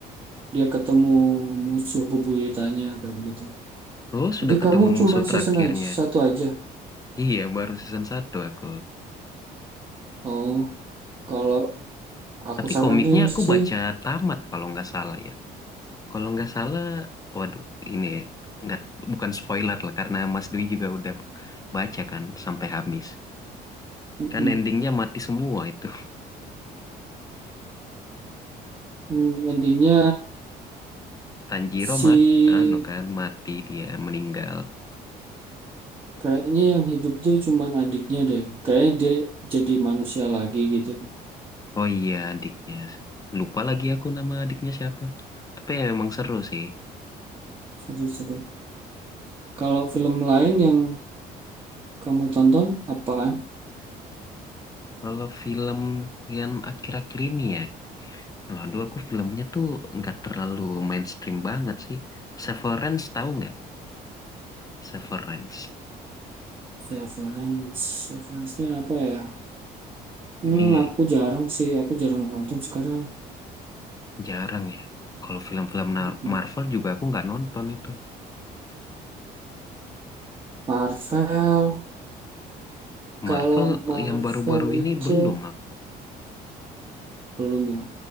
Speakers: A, on the right; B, on the left.
A: dia ketemu musuh bebuyutannya kayak gitu.
B: Oh, sudah
A: Jadi
B: ketemu
A: kamu cuman
B: musuh terakhirnya.
A: season aja, satu aja.
B: Iya, baru season satu aku.
A: Oh, kalau aku
B: Tapi
A: saranin
B: komiknya aku
A: sih,
B: baca tamat kalau nggak salah ya. Kalau nggak salah, waduh, ini nggak bukan spoiler lah karena Mas Dwi juga udah baca kan sampai habis.
A: mm,
B: Kan endingnya mati semua itu.
A: mm, intinya
B: Tanjiro
A: si
B: mat, anu kan mati dia meninggal.
A: kayaknya yang hidup tuh cuman adiknya deh. Kayaknya dia jadi manusia lagi gitu.
B: Oh iya adiknya. Lupa lagi aku nama adiknya siapa. Tapi ya emang seru sih.
A: Seru-seru. Kalau film lain yang kamu tonton apaan?
B: Kalau film yang akhir-akhir ini ya, waduh aku filmnya tuh nggak terlalu mainstream banget sih. Severance tahu nggak? Severance.
A: Severance. Severance-nya apa ya? Hmm,
B: Ini
A: aku jarang sih, aku jarang nonton sekarang.
B: Jarang ya. Kalau film-film Nar-
A: Mm-mm.
B: Marvel juga aku nggak nonton itu.
A: Marvel. Kalau
B: Marvel
A: Marvel
B: yang baru-baru ini
A: itu
B: belum aku.
A: belum ya.